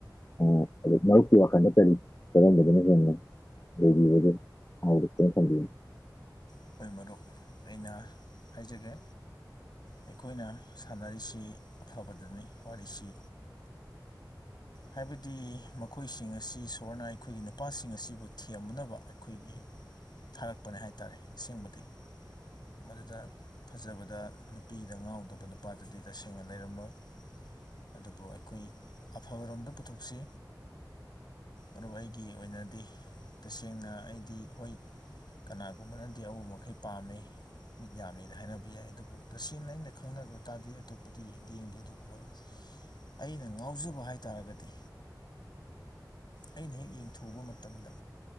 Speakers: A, on the left; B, on the left.
A: ꯑ ꯑ ꯃꯔꯨꯞꯀꯤ ꯋꯥꯈꯜꯗꯠꯇꯔꯤ ꯀꯔꯝꯕꯗꯨꯅ ꯍꯅ ꯂꯩꯔꯤꯕꯒꯦ ꯑꯠꯇ ꯀꯦ
B: ꯍꯈꯣꯏ ꯃꯔꯨꯞ ꯑꯩꯅ ꯍꯥꯏꯖꯒꯦ ꯑꯩꯈꯣꯏꯅ ꯁꯥꯟꯅꯔꯤꯁꯤ ꯑꯐꯕꯗꯨꯅꯤ ꯋꯥꯔꯤꯁꯤ ꯍꯥꯏꯕꯗꯤ ꯃꯈꯣꯏꯁꯤꯡ ꯑꯁꯤ ꯏꯁꯣꯔꯅ ꯑꯩꯈꯣꯏꯒꯤ ꯅꯨꯄꯥꯁꯤꯡ ꯑꯁꯤꯕꯨ ꯊꯦꯝꯅꯅꯕ ꯑꯩꯈꯣꯏꯒꯤ ꯊꯥꯔꯛꯄꯅꯦ ꯍꯥꯏꯇꯥꯔꯦ ꯑꯁꯦꯡꯕꯗꯤ ꯃꯗꯨꯗ ꯐꯖꯕꯗ ꯅꯨꯄꯤꯗ ꯉꯥꯎꯗꯕ ꯅꯨꯄꯥꯗꯨꯗꯤ ꯇꯁꯦꯡꯅ ꯂꯩꯔꯝꯂꯣꯏ ꯑꯗꯨꯕꯨ ꯑꯩꯈꯣꯏ ꯑꯐꯕꯔꯣꯝꯗ ꯄꯨꯊꯣꯛꯁꯤ ꯑꯗꯨ ꯑꯩꯒꯤ ꯑꯣꯏꯅꯗꯤ ꯇꯁꯦꯡꯅ ꯑꯩꯗꯤ ꯍꯣꯏ ꯀꯅꯥꯒꯨꯝꯕꯅꯗꯤ ꯑꯎ ꯃꯈꯩ ꯄꯥꯝꯃꯤ ꯃꯤꯠ ꯌꯥꯝꯃꯦꯗ ꯍꯥꯏꯅꯕ ꯌꯥꯏ ꯑꯗꯨꯕꯨ ꯇꯁꯦꯡꯅ ꯑꯩꯅ ꯈꯪꯅꯕ ꯇꯥꯔꯗꯤ ꯑꯇꯣꯞꯄꯗꯤ ꯌꯦꯡꯗꯦ ꯌꯦꯡꯗꯦ ꯑꯗꯨꯕꯨ ꯃꯔꯨꯞ ꯑꯩꯅ ꯉꯥꯎꯖꯕ ꯍꯥꯏꯇꯥꯥꯔꯒꯗꯤ ꯑꯩꯅ ꯍꯦꯛ ꯌꯦꯡꯊꯣꯛꯕ ꯃꯇꯝꯗ